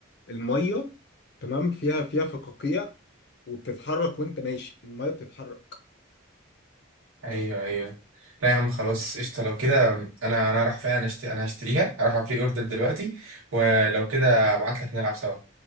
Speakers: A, on the left; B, on the right.
A: الميه تمام فيها فيها فقاقيع وبتتحرك وانت ماشي الميه بتتحرك
B: ايوه ايوه لا يا عم خلاص قشطه لو كده انا انا راح فعلا أشتري انا هشتريها راح ابري اوردر دلوقتي ولو كده ابعت لك نلعب سوا